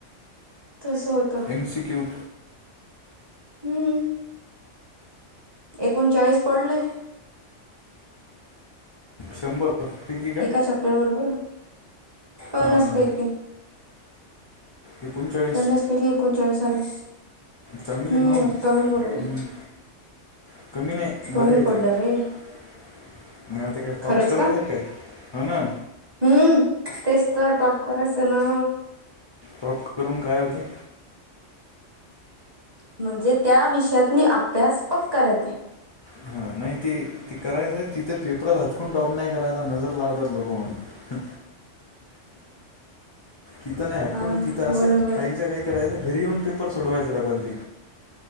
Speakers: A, on the right; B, on the left.
A: तस होतं
B: इनसिक्यू
A: हम्म एकोणचाळीस पडले
B: शंभर पैकी का
A: एका चॅप्टर बरोबर पन्नास
B: हां हां
A: पैकी
B: एकोणचाळीस
A: पन्नास पैकी एकोणचाळीस पडले
B: चांगले
A: हम्म
B: ना मग
A: कमी पडलेय
B: हम्म. <unintelligible> बरे
A: कमी
B: येतंआहे,
A: पडलं रे
B: आता काय टॉप
A: खरंच
B: करायचा
A: का
B: आहे की काय, हा ना,
A: हम्म, तेच तर टॉप करायचं ना,
B: टॉप करून, काय होते,
A: म्हणजे त्या, विषयातली अभ्यास पका राहतंय,
B: हा नाही ते, ती करायचंय तिथे पेपरात, हातकून टॉप नाही करायचा, नजर लावतात लोक म्हणू तिथं नाही, हटकून
A: हा
B: तिथं
A: बरोबर
B: असं काहीच काही, करायच घरी, येऊन पेपर सोडवायचं डबल त,